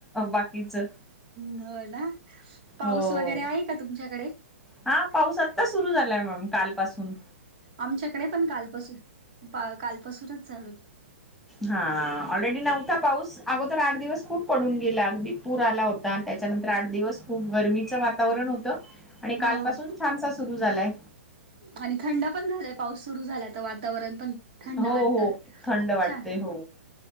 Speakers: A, in the centre; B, on the right.
A: बाकीच.
B: होय ना पाऊस
A: हो.
B: वगैरे आहे का तुमच्याकडे.
A: हा पाऊस आत्ता सुरू झालाय मग काल पासून.
B: आमच्याकडे कालपासून पा कालपासूनच चालू.
A: हा ऑलरेडी न्हवता पाऊस. अगोदर आठ दिवस खूप पडून गेला अगदी पूर आला होता त्याच्यानंतर आठ दिवस खूप गरमीचं वातावरण होत. त आणि
B: हो
A: कालपासून छानसा सुरू झालाय.
B: आणि थंड पण झालाय पाऊस सुरू झाला तर वातावरण पण. थंड
A: हो
B: वाटत
A: हो थंड वाटते
B: छान
A: हो